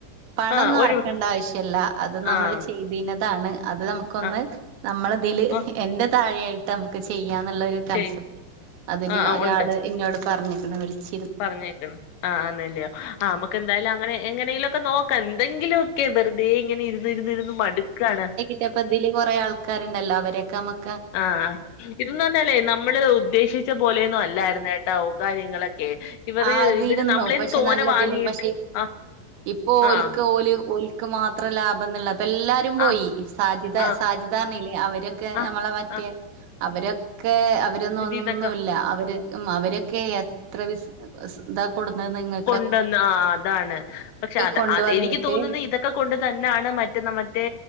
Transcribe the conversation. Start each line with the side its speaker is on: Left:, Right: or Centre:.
Right: പണൊന്നും
Left: ആഹ് ഒഴിവ്
Right: എറക്കണ്ട ആവശ്യല്ല അത് നമ്മള്
Left: ആഹ്
Right: ചെയ്ത് ബിനതാണ് അത് നമുക്കൊന്ന്
Left: ആഹ്
Right: നമ്മളതില്
Left: ഓഹ്
Right: എന്റെ താഴെയായിട്ട് നമുക്ക് ചെയ്യാന്നുള്ളൊരു കൺസെപ്റ്റ്
Left: ചെയ്
Right: അതിന്
Left: ആഹ് ആഹ്
Right: ഒരാള്
Left: ഉണ്ട്
Right: എന്നോട് പറഞ്ഞിക്കണ് വിളിച്ച്
Left: പറഞ്ഞേക്കണ് ആഹ് അന്നല്ലോ ആമ എന്തായാലും അങ്ങനെ എങ്ങനെങ്കിലും ഒക്കെ നോക്കാം എന്തെങ്കിലുമ ഒക്കെ വെറുതെ ഇങ്ങന ഇന്ന് ഇരു ഇരുന്ന് മടുക്കാണ്.
Right: ഇനിപ്പതില് കുറേ ആൾക്കാരുണ്ടല്ലോ അവരൊക്കെ നമുക്
Left: ആഹ് ഇതന്ന് പറഞ്ഞാലേ നമ്മള് ഉദ്ദേശിച് ച്ച പോലെയൊന്നും അല്ലായിരുന്ന ട്ടോ കാര്യങ്ങളൊക്കെ. ഇവര്
Right: ആഹ് അതിരുന്നു
Left: ഇവര് നമ്മളേന്ന്
Right: പക്ഷെ
Left: തോനെ
Right: നല്ലതിലും
Left: വാങ്ങിയിട്ട്
Right: പക്ഷെ
Left: ആഹ്
Right: ഇപ്പൊ ഓൽക്ക്
Left: ആഹ്
Right: ഓല് ഒൽ ക്ക് മാത്രം ലാഭംന്നുള്ള അപ്പൊ എല്ലാരും പോയി
Left: ആഹ്
Right: സാജിത
Left: ആഹ്
Right: സാജ് പറഞ്ഞില്ലേ അവരൊക്കെ
Left: ആഹ്
Right: നമ്മള മറ്റേ
Left: ആഹ്
Right: അവരൊക്കെ അവര് രൊന്നും
Left: ഇതിന്നൊക്കെ
Right: ഒന്നും ഇല്ല ഉം അവരൊക്കെ എത്ര ബിസ് സ് ഇതാ കൊടുന്നേന്ന് നിങ്ങക്
Left: ഉണ്ടെന്ന് ആഹ് അതാണ് പക്ഷെ അത്
Right: കൊണ്ടുവന്നിട്ട്
Left: അത് എനിക്ക് തോന്നുന്നത് ഇതെ ക്കെ കൊണ്ട് തന്നെണ് മറ്റേ മറ്റേ